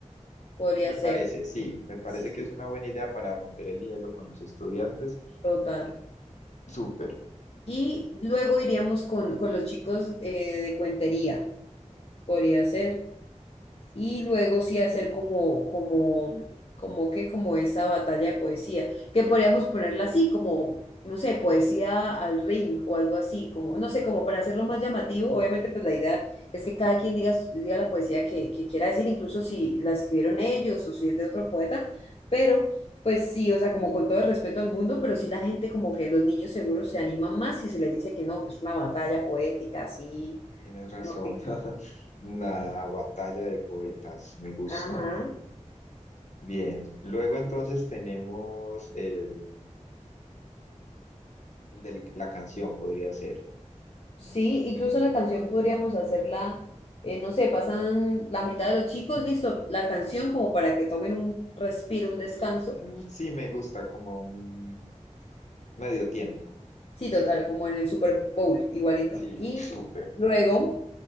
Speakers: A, on the left (about 50°); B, on the left (about 70°).
A: podría
B: Me
A: ser.
B: parece, sí, me parece
A: Sí, sí,
B: que es una buena idea para romper el hielo con los estudiantes.
A: total.
B: Súper,
A: Y luego iríamos con, con los chicos eh, de cuentería, podría ser. y luego sí hacer como, como, como que, como esa batalla de poesía, que podríamos ponerla así, como, no sé, poesía al ring o algo así, como, no sé, como para hacerlo más llamativo, obviamente pues la idea es que cada quien diga, diga la poesía que, que quiera decir, incluso si la escribieron ellos o si es de otro poeta, pero... Pues sí, o sea, como con todo el respeto al mundo, pero sí la gente como que los niños seguros se animan más si se les dice que no, que es una batalla poética, así,
B: tienes razón.
A: mejor dicho.
B: <laughs> Una batalla de poetas, me gusta.
A: Ajá.
B: Bien, luego entonces tenemos el, el de la canción, podría ser.
A: Sí, incluso la canción podríamos hacerla, eh, no sé, pasan la mitad de los chicos, listo, la canción como para que tomen un respiro, un descanso.
B: Mm, sí, me gusta como un medio tiempo.
A: Sí, total, como en el Super Bowl, igualito.
B: Sí,
A: Y
B: súper.
A: luego,